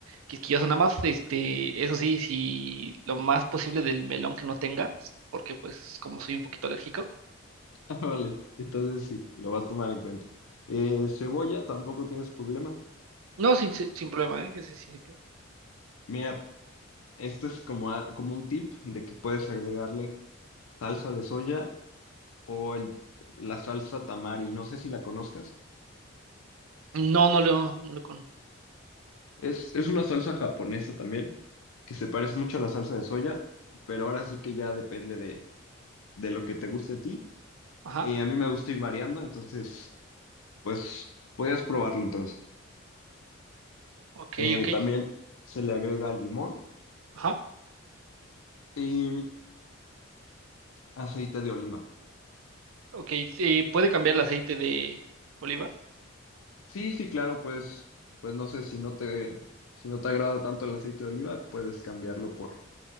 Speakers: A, on the right (about 85°); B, on the left (about 85°).
A: quisquilloso, nada más, este, eso sí, si lo más posible del melón que no tengas, porque pues como soy un poquito alérgico.
B: <laughs> Ah, Vale, entonces sí, lo va a tomar en cuenta. Eh, cebolla, tampoco tienes problema.
A: No, sin, sin sin problema, ¿eh? Ese sí. sí.
B: Mira, esto es como, a- como un tip de que puedes agregarle salsa de soya o el, la salsa tamari. No sé si la conozcas.
A: No, no lo, no lo con.
B: Es, es una salsa japonesa también, que se parece mucho a la salsa de soya, pero ahora sí que ya depende de, de lo que te guste a ti.
A: Ajá,
B: Y a mí me gusta ir variando, entonces, pues, podrías probarlo entonces.
A: ok,
B: Eh,
A: ok.
B: también se le agrega limón
A: Ajá,
B: y aceite de oliva.
A: ok. Sí, puede cambiar el aceite de oliva.
B: Sí, sí, claro, pues, pues no sé si no te, si no te agrada tanto el aceite de oliva, puedes cambiarlo por,